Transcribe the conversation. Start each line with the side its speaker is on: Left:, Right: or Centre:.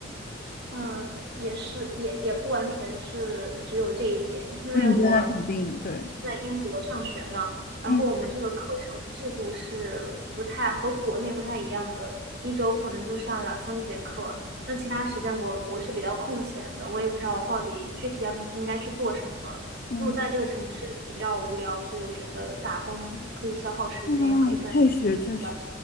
Right: 嗯，也是，也也不完全是只有这一点，因为我
Left: 嗯，对，那肯定对，
Right: 是在英国上学嘛，然后我们这个课程制度是不太和国内不太一样的，
Left: 嗯
Right: 一周可能就上两三节课，那其他时间我我是比较空闲的，我也不知道到底具体要应该去做什么，
Left: 嗯。
Right: 因为我在这个城市比较无聊，所以我觉得打工可以消耗时间，
Left: 嗯，
Right: 又可以赚钱，
Left: 确实确实，
Right: 对吧？